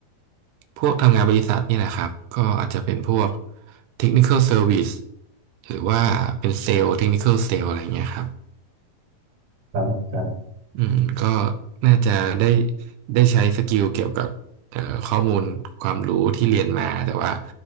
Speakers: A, on the right; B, on the right.
A: พวกทำงานบริษัทนี่แหละครับก็อาจจะเป็นพวก technical service หรือว่าเป็นเซลล์ technical sale อะไรเงี้ยครับ
B: ครับครับ
A: อืมก็น่าจะได้ได้ใช้สกิลเกี่ยวกับเอ่อข้อมูลความรู้ที่เรียนมาแต่ว่า